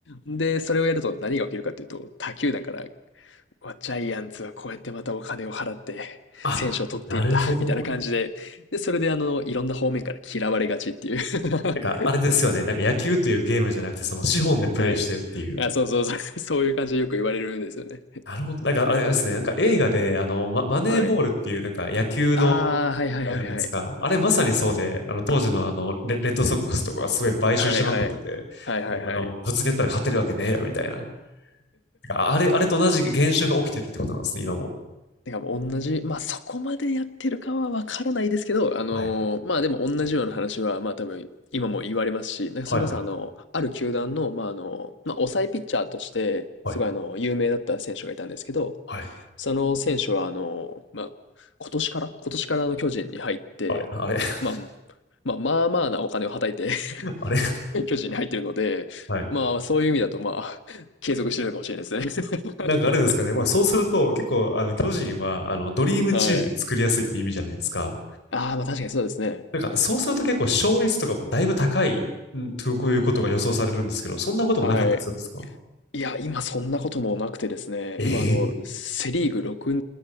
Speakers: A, on the left; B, on the left.
A: で、それをやると何が起きるかというと、他球団から、うわジャイアンツはこうやってまたお金を払って、
B: あ、
A: 選手を取っていった、
B: なるほど。
A: みたいな感じで、で、それであの、いろんな方面から嫌われがちっていう <laughs>
B: なんか、あれですよね。なんか野球というゲームじゃなくて、その資本でプレイしてるっていう。
A: はい。あ、そうそうそう。<laughs> そういう感じでよく言われるんですよね。
B: なるほど。なんか、あれですね。なんか映画で、あの、マ、マネーボールっていう、
A: はい。
B: なんか野球の、
A: ああ、はいはいはいはい。
B: あれじゃないですか。あれまさにそうで、あの、当時のあの、レ、レッドソックスとかがすごい買収しまくってて、
A: はいはい。はいはいはい。
B: もうあの、普通にやったら勝てるわけねえよ、みたいな。なんかあれ、あれと同じ現象が起きてるってことなんですね、今も。
A: てかもう同じ、まあそこまでやってるかはわからないですけど、あのーまあでも同じような話は、
B: はい。
A: まあ多分今も言われますし、なんかそれこそあの、
B: はい、はい。
A: ある球団の、まああの、まあ抑えピッチャーとして、
B: はい。
A: すごいあの、有名だった選手がいたんですけど、
B: はい。
A: その選手はあの、まあ今年から今年からあの巨人に入って、
B: あれ、あれ、<laughs>
A: まあ、まあまあまあなお金をはたいて
B: あれ。
A: <laughs> 巨人に入ってるので、
B: はい。
A: まあ、そういう意味だと、まあ、<laughs> 継続してるのかもしれないですね。
B: なんかあれですかね。まあそうすると結構あの巨人はあのドリームチームを作りやすいって意味じゃないですか。
A: <laughs> はい。ああ、まあ確かにそうですね。
B: なんかそうすると結構勝率とかもだいぶ高い、うんとこういうことが予想されるんですけど、そんなこともなかったりするんですか
A: はい。いや、今そんなこともなくてですね、
B: ええー
A: 今、あの、セ・リーグ6